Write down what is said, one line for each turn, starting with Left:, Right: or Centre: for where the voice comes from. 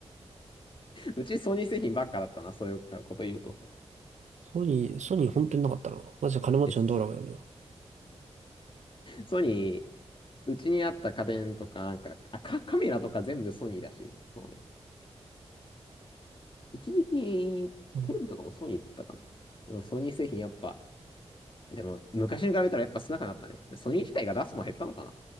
Left: うちソニー製品ばっかだったな、そういうこと言うと。
Right: ソニー、ソニー本当になかったな。マジで金持ちの道路がだけど。
Left: です。ソニー、うちにあった家電とか、なんか、あ、カカメラとか全部ソニーだし、ね、そうね。一時期、
Right: うん。
Left: テレビとかもソニーだったかな。でもソニー製品やっぱ、でも昔に比べたらやっぱ少なくなったね。ソニー自体が出すもん減ったのかな